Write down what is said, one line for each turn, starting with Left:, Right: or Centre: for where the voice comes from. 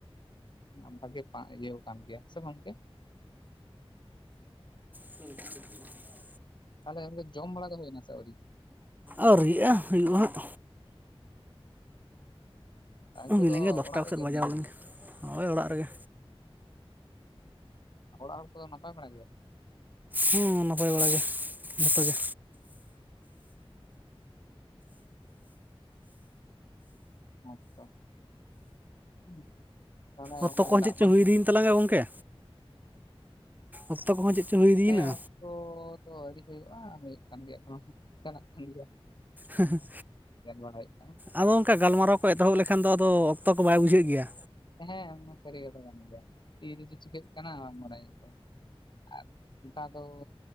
Left: <inaudible> ᱵᱷᱟᱜᱮ ᱤᱭᱟᱹᱣ ᱠᱟᱱ ᱜᱮᱭᱟ ᱥᱮ ᱜᱚᱝᱠᱮ?
Right: <unintelligible>
Left: ᱛᱟᱦᱞᱮ <inaudible> ᱡᱚᱢ ᱵᱟᱲᱟ ᱫᱚ ᱦᱳᱭ ᱱᱟ ᱥᱮ ᱟᱹᱣᱨᱤ?
Right: ᱟᱣᱨᱤᱭᱟᱜᱼᱟ ᱦᱩᱭᱩᱜᱼᱟ ᱦᱟᱸᱜ᱾
Left: ᱟᱨ ᱱᱤᱛᱚᱜ
Right: ᱦᱩᱭᱞᱮᱱᱜᱮ,
Left: ᱫᱚ
Right: ᱫᱚᱥᱴᱟ
Left: ᱚᱲᱟᱜ
Right: ᱠᱚ
Left: ᱨᱮᱜᱮ
Right: ᱥᱮᱜ ᱵᱟᱡᱟᱣ
Left: ᱱᱤᱭᱟᱹ ᱜᱷᱟᱹᱲᱤ
Right: ᱞᱮᱱ
Left: ᱫᱚ
Right: ᱜᱮ, ᱦᱳᱭ ᱚᱲᱟᱜ ᱨᱮᱜᱮ᱾
Left: ᱚᱲᱟᱜ ᱦᱚᱲ ᱠᱚᱫᱚ ᱱᱟᱯᱟᱭ ᱵᱟᱲᱟ ᱜᱮᱭᱟ?
Right: ᱦᱩᱸ ᱱᱟᱯᱟᱭ ᱵᱟᱲᱟ ᱜᱮ, ᱡᱷᱚᱛ ᱜᱮ᱾
Left: ᱦᱮᱸ ᱛᱚ <inaudible> ᱛᱟᱦᱚᱞᱮ ᱱᱚᱜᱼᱚᱭ
Right: ᱚᱠᱛᱚ ᱠᱚ
Left: ᱫᱟᱜ
Right: ᱪᱮᱫ ᱪᱚᱝ
Left: ᱵᱟᱝ
Right: ᱦᱩᱭᱤᱫᱤᱭᱮᱱ
Left: ᱠᱷᱟᱹᱛᱤᱨ
Right: ᱛᱟᱞᱟᱝᱟ ᱜᱚᱝᱠᱮ? ᱚᱠᱛᱚ ᱠᱚᱦᱚᱸ ᱪᱮᱜ ᱪᱚᱝ ᱦᱩᱭ
Left: ᱛᱮ
Right: ᱤᱫᱤᱭᱮᱱᱟ?
Left: ᱦᱮᱸ ᱚᱠᱛᱚ ᱫᱚ ᱟᱹᱣᱨᱤ ᱦᱩᱭᱩᱜᱼᱟ, ᱦᱩᱭᱩᱜ ᱠᱟᱱ ᱜᱮᱭᱟ ᱮᱠᱷᱚᱱᱚ, ᱪᱟᱞᱟᱜ ᱠᱟᱱ ᱜᱮᱭᱟ᱾
Right: ᱦᱮᱸ ᱦᱮᱸ
Left: ᱜᱮᱰ ᱵᱟᱲᱟᱭ ᱦᱩᱭᱩᱜ ᱠᱟᱱᱟ᱾
Right: ᱟᱫᱚ ᱜᱚᱝᱠᱮ ᱜᱟᱞᱢᱟᱨᱟᱣ ᱠᱚ ᱮᱛᱚᱦᱚᱵ ᱞᱮᱠᱷᱟᱱ ᱫᱚ ᱟᱫᱚ ᱚᱠᱛᱚ ᱠᱚ ᱵᱟᱭ ᱵᱩᱡᱷᱟᱹ ᱜᱮᱭᱟ᱾
Left: ᱦᱮᱸ, ᱚᱱᱟ ᱥᱟᱹᱨᱤ ᱠᱟᱛᱷᱟ ᱠᱟᱱ ᱜᱮᱭᱟ, ᱛᱤ ᱨᱮᱡᱮ ᱪᱤᱠᱟᱹᱜ ᱠᱟᱱᱟ ᱵᱟᱲᱟᱭᱚᱜ ᱠᱟᱱᱟ? ᱟᱨ, ᱚᱱᱠᱟ ᱫᱚᱼᱼ